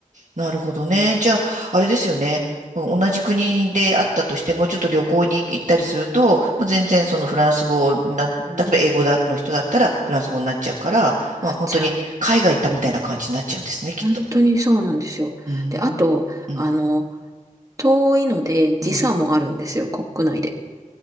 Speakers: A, on the right; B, on the right.
A: なるほどね。じゃあ、あれですよね。こう同じ国であったとしても、ちょっと旅行に行ったりすると、もう全然そのフランス語な、
B: うん
A: 例えば英語だの人だったらフランス語になっちゃうから、
B: あっちゃう。
A: まあ本当に海外行ったみたいな感じになっちゃうんですね、きっと。
B: 本当にそうなんですよ。
A: うーん。
B: で、あと、
A: うん。
B: あの、遠いので時差もあるんですよ、
A: うん。
B: 国内で。